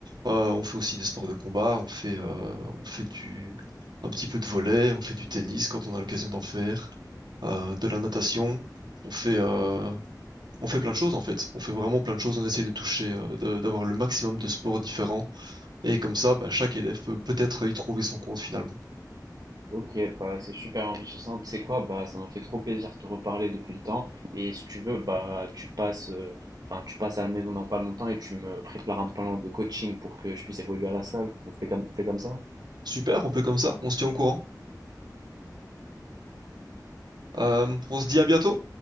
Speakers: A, on the right; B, on the right.
A: Euh, on fait aussi des sports de combat. On fait euh, on fait du un petit peu de volley. On fait du tennis quand on a l'occasion d'en faire. euh, de la natation. On fait euh, on fait plein de choses en fait. On fait vraiment plein de choses. On essaye de toucher euh, de- d'avoir le maximum de sports différents et comme ça, bah, chaque élève peut peut-être y trouver son compte finalement.
B: Ok, bah c'est super enrichissant. Tu sais quoi, bah ça m'a fait trop plaisir de te reparler depuis le temps. Et si tu veux, bah tu passes, euh, enfin tu passes à la maison dans pas longtemps et tu me prépares un plan de coaching pour que je puisse évoluer à la salle. On fait comme, on fait comme ça?
A: Super, on fait comme ça, on se tient au courant. Euh, on se dit à bientôt.